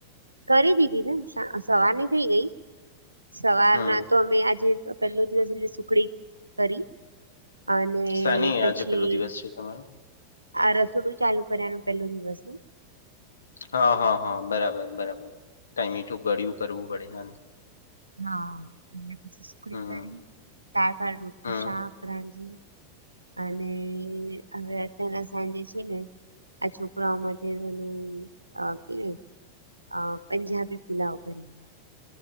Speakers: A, on the right (about 85°); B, on the left (about 70°).
A: કરી દીધીને, સ સવારની થઈ ગઈ. સવારના
B: હમ
A: તો અમે આજે પેલો દિવસ એટલે સુખડી કરી. અને
B: સાની
A: પછી
B: આજે પેલો દિવસ છે તમારો
A: આ રસોડું ચાલુ કર્યાનો પેલો દિવસ <unintelligible>
B: હા, હા, હા, બરાબર-બરાબર, કાઈ મીઠું ગળ્યું કરવું પડે, હાજ.
A: હા એટલે પછી સુખડી
B: હમ
A: કરી, દાળ ભાત, રોટલી,
B: હમ
A: શાક રાંધ્યુ. અને હવે અત્યારે સાંજે છે ને આ છોકરાઓ માટેનું અહ કે ને અહ પંજાબી પુલાવ કરીએ